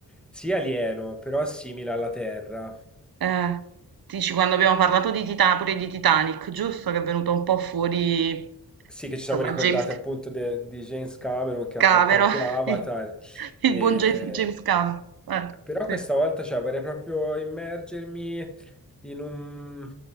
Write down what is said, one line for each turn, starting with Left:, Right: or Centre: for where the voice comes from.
Centre: sì alieno, però simile alla Terra.
Right: Eh, dici quando abbiamo parlato di Tita- pure di Titanic, giusto che è venuto un po' fuori,
Centre: Sì, che ci
Right: insomma,
Centre: siamo ricordati
Right: James
Centre: appunto de- di James Cameron che
Right: Cameron,
Centre: ha fatto anche Avatar.
Right: <laughs> il
Centre: E...
Right: buon James James Cameron. Eh,
Centre: Però
Right: sì.
Centre: questa volta cioè, vorrei proprio immergermi. in un-